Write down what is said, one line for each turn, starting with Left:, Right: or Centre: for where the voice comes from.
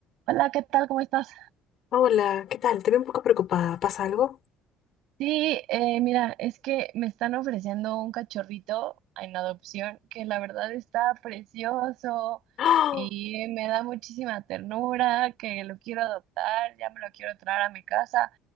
Right: Hola, ¿qué tal? ¿Cómo estás?
Left: Hola, ¿qué tal? Te veo un poco preocupada. ¿Pasa algo?
Right: Sí, eh, mira, es que me están ofreciendo un cachorrito en adopción que la verdad está precioso
Left: ¡Ah!
Right: y me da muchísima ternura, que lo quiero adoptar, ya me lo quiero traer a mi casa,